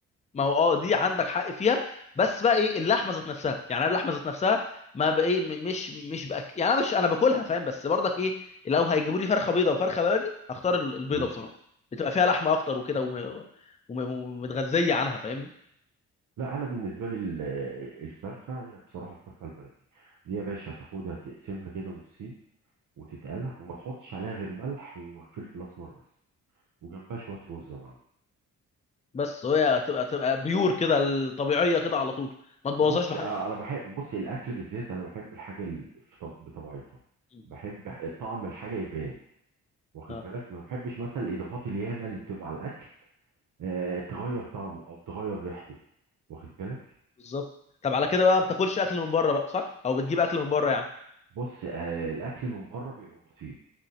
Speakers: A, on the left; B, on the right.
A: ما هو اه دي عندك حق فيها بس بقى ايه اللحمه ذات نفسها يعني انا اللحمه ذات نفسها ما بقى ايه م- مش مش بأك... يعني انا مش انا باكلها فاهم بس برضك ايه لو هيجيبوا لي فرخه بيضه وفرخه بلدي هختار ال- البيضه
B: مم.
A: بصراحه بتبقى فيها لحمه اكتر وكده وم- وم- ومتغذيه عنها فاهمني
B: لا انا بالنسبه لي ال- الفرخه هي بصراحه الفرخه البلدي دي يا باشا تاخدها تقسمها كده نصين وتتقلى وما تحطش عليها غير ملح وفلفل اسمر بس وجنبها شويه رز يا معلم
A: بس هي تبقى تبقى بيور كده الطبيعيه كده على طول ما تبوظهاش
B: بص
A: بحاجه
B: اه،
A: تانيه
B: انا بحب بص الاكل بالذات انا بحب الحاجه ال- في طب- بطبيعتها
A: م.
B: بحب ح- طعم الحاجه يبان واخد
A: اه
B: بالك ما بحبش مثلا الاضافات الياما اللي بتبقى على الاكل آه تغير طعمه او تغير ريحته واخد بالك
A: بالظبط طب على كده بقى ما بتاكلش اكل من بره بقى صح او بتجيب اكل من بره يعني
B: بص آه الاكل من بره بيبقى بسيط